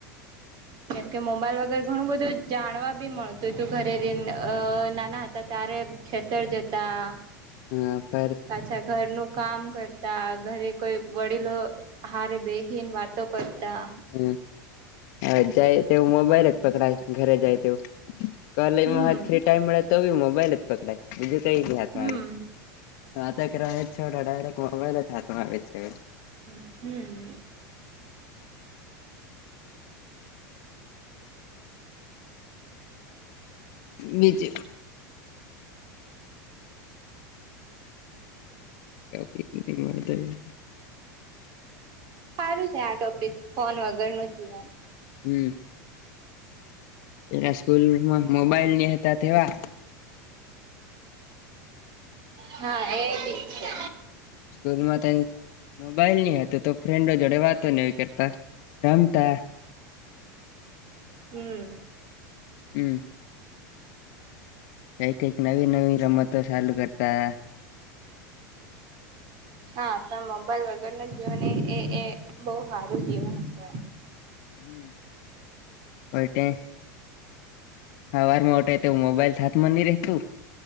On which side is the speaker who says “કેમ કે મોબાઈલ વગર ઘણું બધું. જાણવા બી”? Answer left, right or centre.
Right